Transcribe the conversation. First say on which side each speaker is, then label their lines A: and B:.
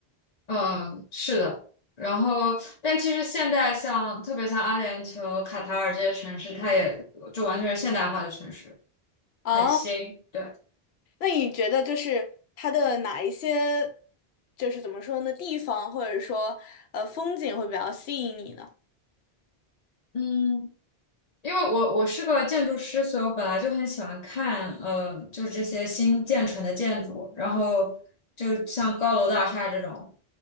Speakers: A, on the left; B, on the left.
A: 嗯，是的。然后，但其实现在像特别像阿联酋、卡塔尔这些城市，它也就完全是现代化的城市，
B: 啊。
A: 很新。对，
B: 那你觉得就是它的哪一些，就是怎么说呢，地方或者说呃风景会比较吸引你呢？
A: 嗯。因为我我是个建筑师，所以我本来就很喜欢看，呃，就是这些新建成的建筑，然后就像高楼大厦这种